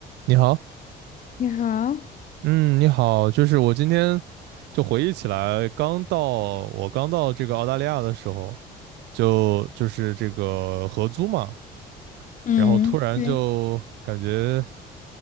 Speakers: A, on the right; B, on the left.
A: 你好，
B: 你好，
A: 嗯，你好，就是我今天就回忆起来，刚到我刚到这个澳大利亚的时候，就就是这个合租嘛，
B: 嗯，
A: 然后突然就感觉
B: 对，